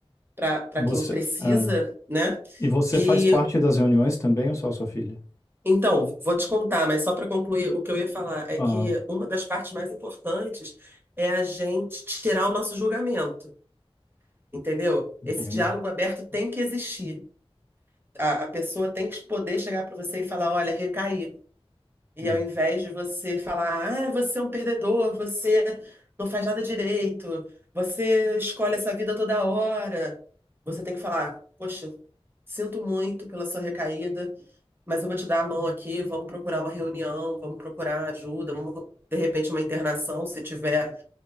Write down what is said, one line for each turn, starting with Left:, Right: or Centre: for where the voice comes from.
Right: para para
Left: você
Right: quem precisa,
Left: é,
Right: né?
Left: e você
Right: E
Left: faz parte das reuniões também ou só a sua filha?
Right: então, vou te contar, mas só para concluir, o que eu ia falar é
Left: Ah,
Right: que uma das partes mais importantes é a gente tirar o nosso julgamento, entendeu?
Left: entendo,
Right: Esse diálogo aberto tem que existir. A, a pessoa tem que poder chegar para você e falar: olha, recaí. E
Left: entendo.
Right: ao invés de você falar, ah, você é um perdedor, você não faz nada direito, você escolhe essa vida toda hora, você tem que falar, poxa, sinto muito pela sua recaída, mas eu vou te dar a mão aqui, vamos procurar uma reunião, vamos procurar ajuda, vamos, de repente, uma internação, se tiver